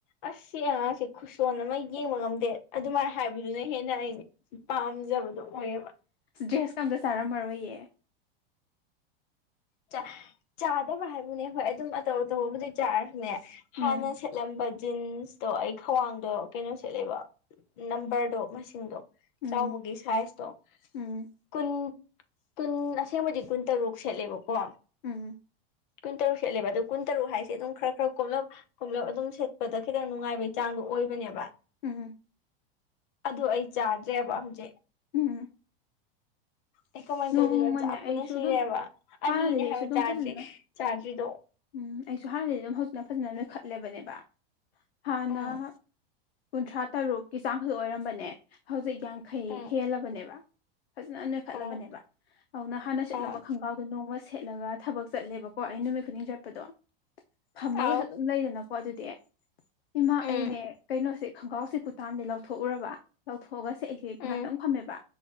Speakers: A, on the left; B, on the left.
A: ꯑꯁ ꯁꯤ ꯑꯉꯥꯡꯁꯦ ꯈꯨꯁꯣꯟ ꯑꯃ ꯌꯦꯡꯕ ꯉꯝꯗꯦ ꯑꯗꯨꯃꯥꯏꯅ ꯍꯥꯏ <unintelligible> ꯑꯩꯅ ꯄꯥꯝꯖꯕꯗꯣ ꯑꯣꯏꯌꯦꯕ
B: ꯗ꯭ꯔꯦꯁꯀ ꯑꯝꯇ ꯆꯥꯔꯝꯃꯔꯣꯏꯌꯦ
A: ꯆꯥ ꯆꯥꯗꯕ ꯍꯥꯏꯕꯨꯅꯦ ꯍꯣꯏ ꯑꯗꯨꯝ ꯑꯇꯧ ꯑꯇꯧꯕꯕꯨꯗꯤ ꯆꯥꯔꯁꯨꯅꯦ ꯍꯥꯟꯅ
B: ꯎꯝ
A: ꯁꯦꯠꯂꯝꯕ ꯖꯤꯟꯁꯇꯣ ꯑꯩ ꯈ꯭ꯋꯥꯡꯗꯣ ꯀꯩꯅꯣ ꯁꯦꯠꯂꯦꯕ ꯅꯝꯕꯔꯗꯣ ꯃꯁꯤꯡꯗꯣ
B: ꯎꯝ
A: ꯆꯥꯎꯕꯒꯤ ꯁꯥꯏꯖꯇꯣ
B: ꯎꯝ
A: ꯀꯨꯟ ꯀꯨꯟ ꯑꯁꯦꯡꯕꯗꯤ ꯀꯨꯟꯇꯔꯨꯛ ꯁꯦꯠꯂꯦꯕꯀꯣ
B: ꯎꯝ
A: ꯀꯨꯟꯇꯔꯨꯛ ꯁꯦꯠꯂꯦꯕ ꯑꯗꯨꯝ ꯀꯨꯟꯇꯔꯨꯛ ꯍꯥꯢꯁꯦ ꯈ꯭ꯔ ꯈ꯭ꯔ ꯀꯣꯝꯂꯞ ꯀꯣꯝꯂꯞ ꯑꯗꯨꯝ ꯁꯦꯠꯄꯗ ꯈꯤꯇꯪ ꯅꯨꯡꯉꯥꯏꯕꯩ ꯆꯥꯡꯗꯣ ꯑꯣꯏꯕꯅꯦꯕ
B: ꯎꯝ
A: ꯑꯗꯣ ꯑꯩ ꯆꯥꯗ꯭ꯔꯦꯕ ꯍꯧꯖꯤꯛ
B: ꯎꯝ
A: ꯑꯩ ꯀꯃꯥꯏꯟ
B: ꯅꯣꯡꯃꯅꯦ
A: ꯇꯧꯗꯣꯏꯅꯣ ꯆꯥꯛ ꯄꯅ
B: ꯑꯩꯁꯨ
A: ꯁꯤꯔꯦꯕ
B: ꯑꯗꯨꯝ
A: ꯑꯅꯤꯅꯦ
B: ꯍꯥꯟꯅꯗꯒꯤ ꯑꯩꯁꯨ
A: ꯍꯥꯏꯕ
B: ꯑꯗꯨꯝ
A: ꯆꯥꯗ꯭ꯔꯤ
B: ꯐꯖꯅ
A: ꯆꯥꯗ꯭ꯔꯤꯗꯣ
B: ꯎꯝ ꯑꯩꯁꯨ ꯍꯥꯟꯅꯗꯤ ꯑꯗꯨꯝ ꯍꯧꯖꯤꯛꯅ ꯐꯖꯅ ꯅꯣꯏꯈꯠꯂꯦꯕꯅꯦꯕ ꯍꯥꯟꯅ
A: ꯎꯝ
B: ꯀꯨꯟꯊ꯭ꯔꯥ ꯇꯔꯨꯛ ꯒꯤ ꯆꯥꯡ ꯈꯜ ꯑꯣꯏꯔꯝꯕꯅꯦ ꯍꯧꯖꯤꯛ ꯌꯥꯡꯈꯩ
A: ꯎꯝ
B: ꯍꯦꯜꯂꯕꯅꯦꯕ ꯐꯖꯅ ꯅꯣꯏꯈꯠꯂꯕꯅꯦꯕ꯫
A: ꯑꯥꯎ
B: ꯑꯧꯅ ꯍꯥꯟꯅ ꯁꯦꯠꯂꯝꯕ
A: ꯑꯥ
B: ꯈꯡꯒꯥꯎꯗ ꯅꯣꯡꯃ ꯁꯦꯠꯂꯒ ꯊꯕꯛ ꯆꯠꯂꯦꯕꯀꯣ ꯑꯩ ꯅꯨꯃꯤꯠ ꯈꯨꯗꯤꯡ ꯆꯠꯄꯗꯣ ꯐꯝꯃꯒꯁꯨ
A: ꯑꯥꯎ
B: ꯑꯗꯨꯝ ꯂꯩꯗꯅꯀꯣ ꯑꯗꯨꯗꯤ꯫ ꯏꯃꯥ
A: ꯎꯝ
B: ꯑꯩꯅꯦ ꯀꯩꯅꯣꯁꯦ ꯈꯡꯒꯥꯎꯁꯦ ꯊꯥꯝꯗꯤ ꯂꯧꯊꯣꯛꯎꯔꯕ ꯂꯧꯊꯣꯛꯑꯒꯁꯦ <unintelligible>
A: ꯎꯝ
B: ꯉꯍꯥꯛꯇꯪ ꯐꯝꯃꯦꯕ